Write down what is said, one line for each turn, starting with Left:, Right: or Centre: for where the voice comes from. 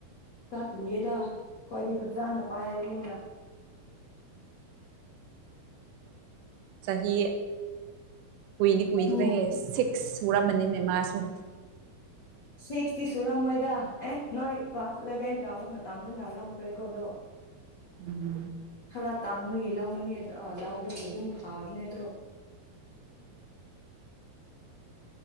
Left: ꯆꯠꯂꯤꯌꯦꯗ ꯑꯈꯣꯏꯗꯤ ꯐꯖꯅ ꯄꯥꯏꯕꯅꯤꯅ
Right: ꯆꯍꯤ ꯀꯨꯏꯗꯤ ꯀꯏꯈ꯭ꯔꯦꯍꯦ
Left: ꯎꯝ
Right: ꯁꯤꯛꯁ ꯁꯨꯔꯝꯃꯅꯤꯅꯦ ꯃꯥꯁꯨꯨ
Left: ꯁꯤꯛꯁꯇꯤ ꯁꯨꯔꯝꯃꯣꯏꯗ ꯑꯦ ꯅꯣꯏ ꯀ꯭ꯂꯥꯁ ꯏꯂꯚꯦꯟ ꯀꯥꯕ ꯃꯇꯝꯗꯅ ꯂꯥꯎꯈ꯭ꯔꯦꯀꯣꯗꯣ
Right: ꯎꯝ
Left: ꯈꯔ ꯇꯥꯡꯕꯒꯤ ꯂꯧꯕꯅꯦ ꯑꯗꯣ ꯂꯧꯕꯗꯤ ꯑꯗꯨꯝ ꯐꯥꯕꯅꯦ ꯑꯗꯣ